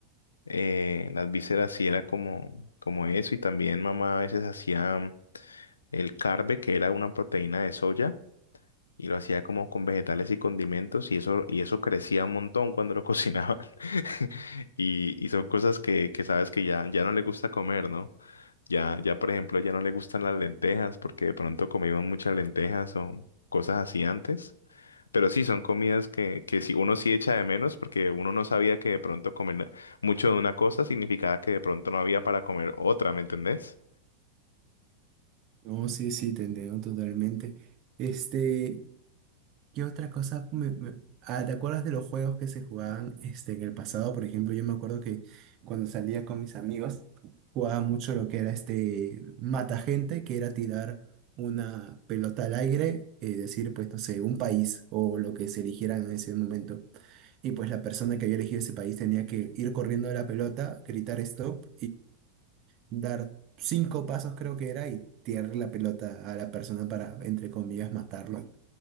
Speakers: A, on the left; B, on the right.
A: eh, las vísceras sí era como, como eso y también mamá a veces hacía el carbe que era una proteína de soya y lo hacía como con vegetales y condimentos y eso, y eso crecía un montón cuando lo <laughs> cocinaban <laughs> y, y son cosas que, que sabes que ya, ya no le gusta comer, ¿no? Ya, ya por ejemplo ya no le gustan las lentejas porque de pronto comíamos muchas lentejas o cosas así antes pero sí, son comidas que, que sí, uno sí echa de menos porque uno no sabía que de pronto comer mucho de una cosa significaba que de pronto no había para comer otra, ¿me entendés?
B: No, sí, sí, te entiendo totalmente. Este, ¿qué otra cosa me- me- ah, ¿te acuerdas de los juegos que se jugaban este, en el pasado? Por ejemplo, yo me acuerdo que cuando salía con mis amigos, jugaba mucho lo que era este mata gente, que era tirar una pelota al aire, eh, decir, pues, no sé, un país o lo que se eligiera en ese momento. Y pues la persona que había elegido ese país tenía que ir corriendo a la pelota, gritar stop dar cinco pasos creo que era y tirarle la pelota a la persona para, entre comillas, matarlo.